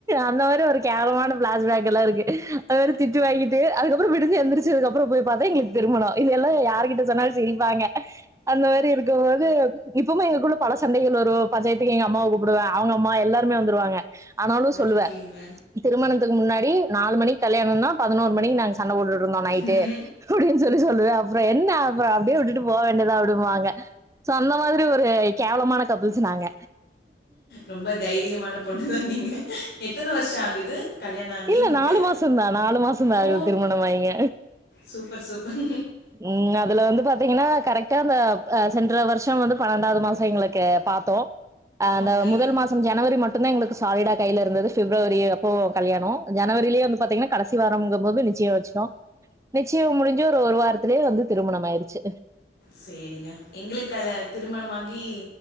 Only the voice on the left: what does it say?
ஓகேங்க
ம்.
ரொம்ப தைரியமான பொண்ணுதா நீங்க எத்தன வருஷ ஆகுது கல்யாண ஆகி
உங்களுக்கு
ஓ
சூப்பர் சூப்பர்
ஓகே
சேரிங்க எங்களுக்கல திருமணமாகி